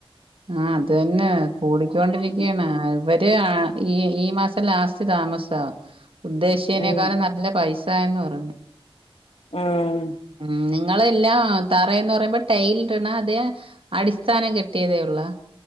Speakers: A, on the right; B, on the left.
A: ആഹ് അതന്നെ കൂടിക്കോണ്ടിരിക്കാണ്
B: ഉം
A: ആഹ് ഇവ ര് ആഹ് ഈ ഈ മാസം ലാസ്റ്റ് താമസവാ ഉദ്ദേശ്ചേനേക്കാളം
B: ഉം
A: നല്ല പൈസ് ആയന്ന് പറഞ്ഞ്
B: ആഹ്
A: ഉം നിങ്ങളെല്ലാം തറേന്ന് പറീമ്പോ ടൈലിട്ടണാ അതെയാ അടിസ്ഥാനം കെ ട്ട്യേതേ ഉള്ളാ